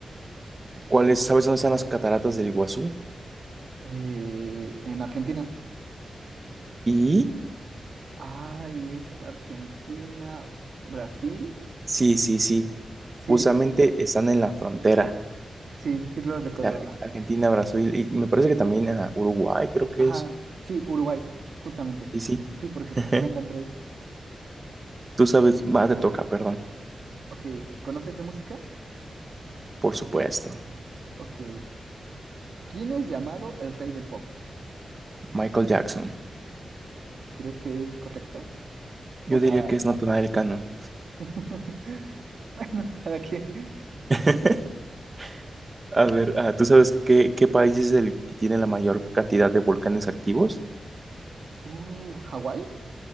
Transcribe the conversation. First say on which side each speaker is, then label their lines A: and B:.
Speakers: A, on the right; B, on the right.
A: ¿cuáles, sabes dónde están las cataratas del Iguazú?
B: Eh, en Argentina.
A: Y
B: Ay, es Argentina, Brasil.
A: Sí, sí, sí.
B: ¿Sí?
A: Justamente están en la frontera
B: Sí, sí lo recordaba.
A: de Ar- Argentina, Brasil y me parece que también a Uruguay, creo que
B: Ajá,
A: es.
B: sí, Uruguay, justamente.
A: Sí, sí.
B: Sí, porque
A: <laughs>
B: cuentan tres.
A: Tú sabes, más te toca, perdón.
B: Ok, ¿conoces de música?
A: Por supuesto.
B: Ok. ¿Quién es llamado el rey del pop?
A: Michael Jackson.
B: ¿Crees que es correcto? O
A: Yo
B: sea,
A: diría que es Natanael Cano.
B: <laughs> bueno, cada quien.
A: <laughs> A ver, ah, ¿tú sabes qué, qué país es el que tiene la mayor cantidad de volcanes activos?
B: Uh, ¿Hawái?